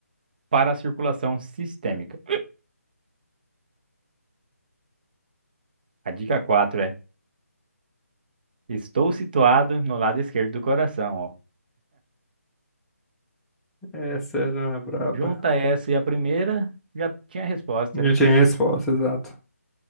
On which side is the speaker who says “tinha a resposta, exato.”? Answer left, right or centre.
Centre